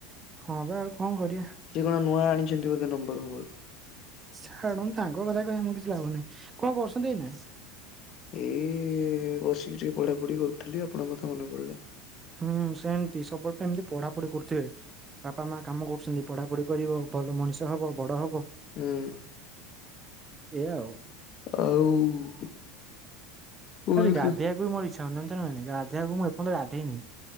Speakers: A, on the right (about 20°); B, on the left (about 45°).
A: ହଁ ବା ଆଉ କଣ କରିବା
B: ସିଏ କଣ ନୂଆ ଆଣିଛନ୍ତି। ଏକ ନମ୍ବର ଫମ୍ବର
A: ଛାଡନ୍ତୁ ତାଙ୍କ କଥା କହି ଆମକୁ କିଛି ଲାଭ ନାହିଁ କଣ କରୁଛନ୍ତି ଏଇନା?
B: ଏଇ ବସିକି ଟିକେ ପଢାପଢି କରୁଥିଲି ଆପଣଙ୍କ କଥା ମନେ ପଡିଲା।
A: ହୁଁ ସେମତି ସବୁବେଳେ ପାଇଁ ଏମିତି ପଢାପଢି କରୁଥିବେ ବାପା ମା କାମ କରୁଛନ୍ତି। ପଢ଼ାପଢ଼ି କରିବ ଭଲ ମଣିଷ ହେବ ବଡ଼ ହେବ।
B: ହୁଁ।
A: ଏଇଆ ଆଉ।
B: ଆଉ କୁହନ୍ତୁ।
A: ଆଜି ଗାଧେଇ ବାକୁ ବି ମୋର ଇଛା ହଉନି ଜାଣିଛନ୍ତି ନା ନାହିଁ ଗାଧେଇ ବାକୁ ମୁଁ ଏର୍ଯ୍ୟନ୍ତ ଗଧେଇନି।